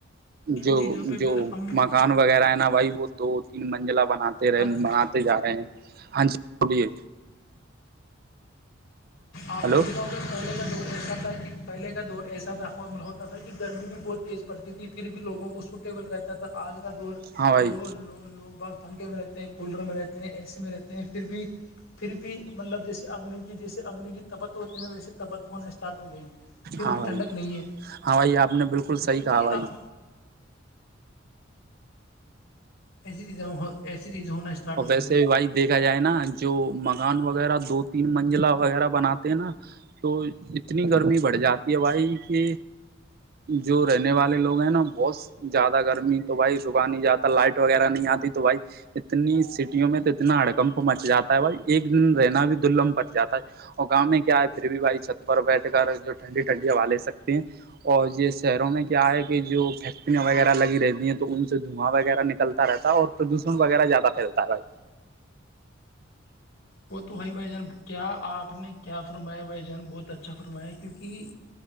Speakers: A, on the left; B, on the right.
A: ان
B: جو
A: چیزوں پہ
B: جو
A: پھر ہم
B: مکان وغیرہ ہے نا بھائی وہ دو تین منزلہ بناتے
A: اللہ
B: رہے جا رہے ہیں ہاں جی بولیے
A: آپ
B: ہلو
A: نے بتاؤ گا پہلے کا دور ایسا تھا کہ پہلے کا دور ایسا تھا تھا کہ گرمی بھی بہت تیز پڑتی تھی پھر بھی لوگوں کو ٹیبل رہتا تھا آج کا دور
B: ہاں بھائی
A: لوگ باگ پنکھے میں رہتے ہیں کولر میں رہتے ہیں اے سی میں رہتے ہیں پھر بھی پھر بھی مطلب جیسے اگنی کی جیسے اگنی کی تپت ہوتی ہے نا ویسے پت ہونا اسٹارٹ ہو گئی پھر
B: ہاں
A: بھی
B: بھائی
A: ٹھنڈک نہیں ہے
B: ہاں بھائی آپ نے بالکل
A: تو
B: صحیح کہا
A: یہ
B: بھائی
A: آپ ایسی چیز ایسی چیز ہونا اسٹارٹ
B: اور
A: ہو
B: ویسے
A: گئی
B: بھی
A: جان
B: بھائی دیکھا جائے نا جو مکان وغیرہ دو تین منزلا وغیرہ بناتے ہیں نا تو اتنی گرمی بڑھ جاتی ہے بھائی کہ جو رہنے والے لوگ ہیں نا بہت زیادہ گرمی تو بھائی زکان لائٹ وغیرہ نہیں آتی تو بھائی اتنی سٹیوں میں تو اتنا ہڑکمپ مچ جاتا ہے بھائی ایک دن رہنا بھی دلمھ پچ جاتا ہے اور گؤں میں کیا ہے پھر بھی بھائی چھت پر بیٹھ کر جو ٹھنڈی ٹھنڈی ہوا لے سکتے ہیں اور یہ شہروں میں کیا ہے کہ جو فیکٹریاں وغیرہ لگی رہتی ہیں تو ان سے دھواں وغیرہ نکل رہتا ہے اور پردوشن وغیرہ زیادہ پھیلتا ہے بھائی
A: وہ تو ہوائی بھائی جان کیا آپ نے کیا فرمایا بھائی جان بہت اچھا فرمایا کیونکہ